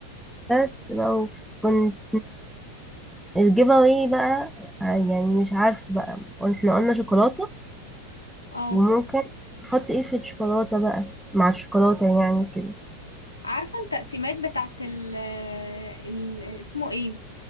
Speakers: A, in the centre; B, on the left.
A: بس لو كنت الجيف اواي بقى آه، يعني مش عارفه بقى احنا قلنا شوكولاته
B: اه
A: وممكن نحط ايه في الشوكولاته بقى مع الشوكولاته يعني كده
B: عارفة التقسيمات بتاعت ال ال اسمه ايه